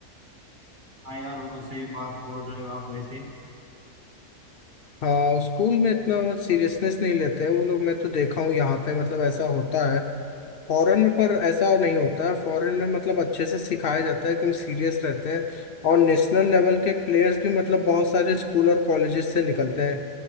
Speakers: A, on the right; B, on the left.
A: हाँ यार वो तो सही बात बोल रहे हो आप वैसे
B: हाँ स्कूल में इतना सीरियसनेस नहीं लेते हैं वो लोग मैं तो देखा हूँ यहाँ पे मतलब ऐसा होता है फॉरेन में पर ऐसा नहीं होता है फॉरेन में मतलब अच्छे से सिखाया जाता है एकदम सीरियस रहते हैं और नेशनल लेवल के प्लेयर्स भी मतलब बहुत सारे स्कूल और कॉलेजेस से निकलते हैं